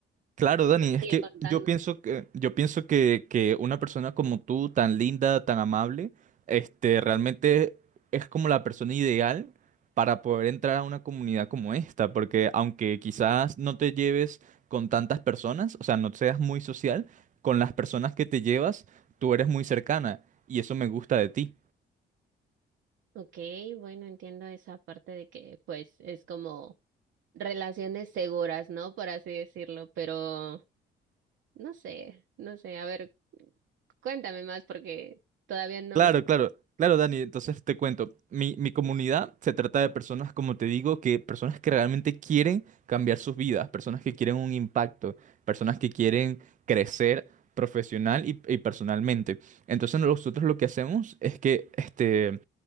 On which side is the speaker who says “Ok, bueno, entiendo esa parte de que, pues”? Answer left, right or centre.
Right